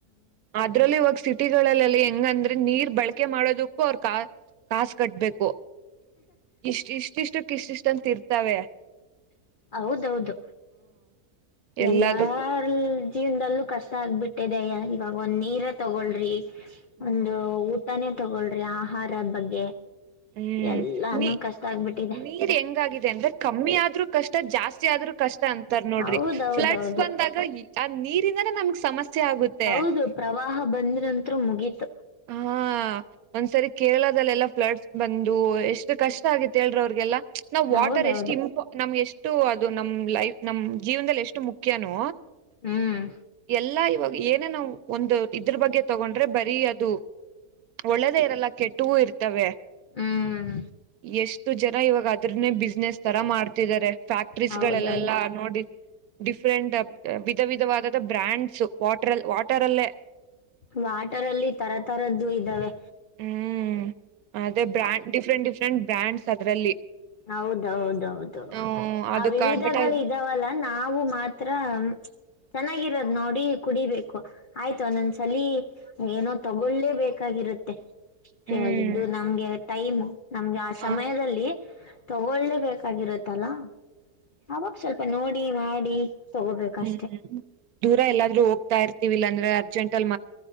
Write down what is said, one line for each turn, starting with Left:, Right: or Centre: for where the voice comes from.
Right: ಅದ್ರಲ್ಲಿ ಇವಾಗ ಸಿ ಹಟ್ಟಿಲ್ಲೆಲ್ಲಿ ಹೆಂಗಂದ್ರೆ ನೀರ್ ಬಳಕೆ ಮಾಡೋದಕ್ಕೂ ಅವ್ರ ಕಾ ಕಾಸು ಕಟ್ಬೇಕು ಇಷ್ಟ ಇಷ್ಟಿಷ್ಟ ಇಷ್ಟ ಇಷ್ಟಂತ ತ ಇರ್ತವೆ
Left: ಹೌದು ಹೌದು
Right: ಎಲ್ಲದಕ್ಕೂ
Left: ಎನ್ನಾ ಜೀವನದಲ್ಲೂ ಕಷ್ಟ ಆಗ್ಬಿಟ್ಟಿದೆ ಇವಾಗ ಒಂದ್ ನೀರ ತಗೊಳ್ರಿ
Right: ಹ್ಮ್
Left: ಒಂದು ತಾನೇ ತಗೊಳ್ರಿ ಆಹಾರ ಬಗ್ಗೆ
Right: ಹ್ಮ್
Left: ಎಲ್ಲಾನು
Right: ನೀ
Left: ಕಷ್ಟ ಆಗ್ಬಿಟ್ಟಿದೆ
Right: ನೀರ್ ಹೆಂಗಾಗಿದೆ ಅಂದ್ರೆ ಕಮ್ಮಿ ಆದ್ರು ಕಷ್ಟ ಜಾಸ್ತಿ ಆದ್ರೂ ಕಷ್ಟ ಅಂತಾರ ನೋಡ್ರಿ
Left: ಹೌದೌದೌದು
Right: ಫ್ಲಡ್ಸ್ ಬಂದಾಗ ಆ ನೀರ್ ಇದರಿಂದನಾ ನಮ್ಮ ಸಮಸ್ಯೆ ಆಗುತ್ತೆ
Left: ಹೌದು ಪ್ರವಾಹ ಬಂದ್ ನಂತ್ರ ಮುಗೀತು
Right: ಹಾ ಒಂದ್ಸರಿ ಕೇರಳದಲ್ಲೆಲ್ಲ ಫ್ಲಡ್ಸ್ ಬಂದು ಎಷ್ಟ ಕಷ್ಟ ಆಗಿತ್ತ ಹೇಳ್ರಿ ಅವ್ರಿಗೆಲ್ಲ ನಾವ್ ವಾಟರ್
Left: ಹೌದೌದು
Right: ಎಷ್ಟ ನಮ್ಗೆ ಎಷ್ಟ ಅಷ್ಟು ಅದು ನಮ್ ಲೈಫ್ ನಮ್ ಜೀವನದಲ್ಲಿ ಎಷ್ಟು ಮುಖ್ಯನು
Left: ಹ್ಮ್
Right: ಎಲ್ಲಾ ಇವಾಗ ಏನೇ ನಾವವು ಒಂದು ಇದ್ರ ಬಗ್ಗೆ ತಗೊಂಡ್ರೆ ಬರೀ ಅ ದು ಒಳ್ಳೆದೇ ಇರಲ್ಲ ಕೆಟ್ಟವೂ ಇರ್ತವೆ
Left: ಹ್ಮ್
Right: ಎಷ್ಟು ಜನ ಇವಾಗಾದ್ರ್ ಬಿಸ್ನೆಸ್ ತರ ಮಾಡ್ತಿದ್ದಾರೆ ಫ್ಯಾಕ್ಟ್ರೀಸ್
Left: ಹೌದೌದು
Right: ಗಳಲ್ಲೆಲ್ಲಾ ನೋಡಿ ಡಿಫ್ರೆಂಟ್ ವಿಧ ವಿಧವಾದ ಬ್ರ್ಯಾಂಡ್ಸ್ ವಾಟ್ರ ವಾಟರ್ ಅಲ್ಲೇ
Left: ವಾಟರ್ ಅಲ್ಲಿ ತರತರದ್ದು ಇದ್ದಾವೆ
Right: ಹ್ಮ್ ಅದೇ ಬ್ರ್ಯಾಂಡ್ ಡಿಫ್ರೆಂಟ್ ನ್ಟ್ ಬ್ರ್ಯಾಂಡ್ಸ್ ಅದ್ರಲ್ಲಿ
Left: ಹೌದೌದೌದು
Right: ಹ್ಮ್ ಅದಕ್
Left: ಆ ವಿವಿಧಗಳು
Right: ಅಡ್ವರ್ಟೈಸ್
Left: ಇದಾವಲ್ಲ ನಾವು ಮಾತ್ರ ಚೆನ್ನಾಗಿರೋದ್ ನೋಡಿ ಕುಡಿಬೇಕು ಆಯ್ತು ಒನ್ ನೋನ್ ಸಲಿ ಏನೋ ತಗೊಳ್ಳೇ ಬೇಕಾಗಿರುತ್ತೆ ಛೆ
Right: ಹ್ಮ್
Left: ಇದು ನಮ್ಗೆ ಟೈಮ್ ನಮ್ಗೆ ಆ
Right: ಹ
Left: ಸಮಯದಲ್ಲಿ ತಗೊಳ್ಳೆ ಬೇಕಾಗಿರುತ್ತಲಾ ಅವಾಗ್ ಸ್ವಲ್ಪ ನೋಡ್ ನೋಡಿ ಮಾಡಿ ತಗೋಬೇಕಷ್ಟೆ
Right: ಹ್ಮ್ ದೂರ ಎಲ್ಲಾದ್ರೂ ಹೋಗ್ತಾ ಇರ್ತಿವಿ ಅರ್ಜೆಂಟ್ ಅಲ್